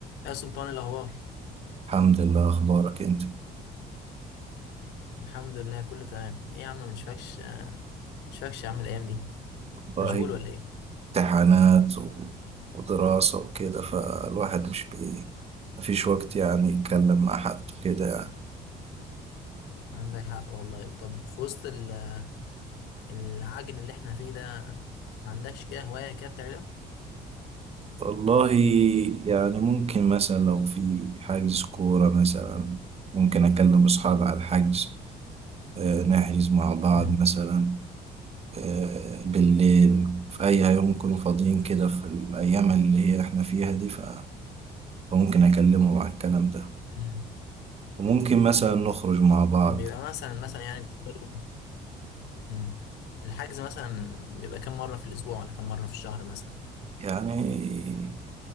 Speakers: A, on the left (about 90°); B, on the right (about 35°).
A: يا سلطان إيه الأخبار
B: الحمد لله اخبارك انت
A: الحمد لله كله تمام إيه يا عم مش آه، مش فاكش يا عم الأيام دي
B: والله
A: مشغول ولا إيه
B: امتحانات و... ودراسة وكده فالواحد مش بي مفيش وقت يعني يتكلم مع حد وكده يعني
A: عندك حق والله طب في وسط ال- العجن اللي إحنا فيه ده ما عندكش كده هواية كده بتعملها
B: والله يعني ممكن مثلا لو في حجز كورة مثلا ممكن أكلم أصحابي على الحجز آه، نحجز مع بعض
A: امم
B: مثلا آه، بالليل في أي يوم يكونوا فاضيين كده في الأيام اللي هي إحنا فيها دي ف- فممكن أكلمهم على الكلام ده
A: أمم.
B: وممكن مثلا نخرج مع بعض
A: بيبقى مثلا مثلا يعني بتفضلوا امم الحجز مثلا بيبقى كام مرة في الأسبوع ولا كام مرة في الشهر مثلا يعني
B: يعني